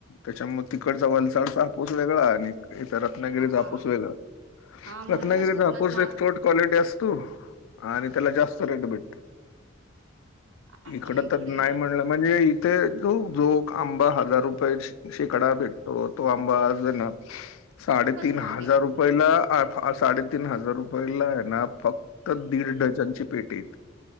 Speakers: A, on the left; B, on the right.
A: त्याच्यामुळे तिकडचा वलचाडचा हा पोस वेगळा आणि इतर रत्नागरीचा
B: हा
A: हापूस वगळं.
B: हा म्हणूनच
A: रत्नागिरीचापूरस
B: कोकणातला
A: एक फोर्ट क्वालिटी असतो आणि त्याला जास्त रेट
B: आमच्या
A: इकड
B: इकडे
A: तर नाही म्हणलं म्हणजे ते जोक आंबा हजार रुपये शेकडा भेट त तो आंबा आज हे ना साडेतीन
B: खूपच महाग
A: हजार
B: आहे मग
A: रुपयला साडेतीीन हजार रुपयला आहे ना फक्त दीड डझनची पेट येत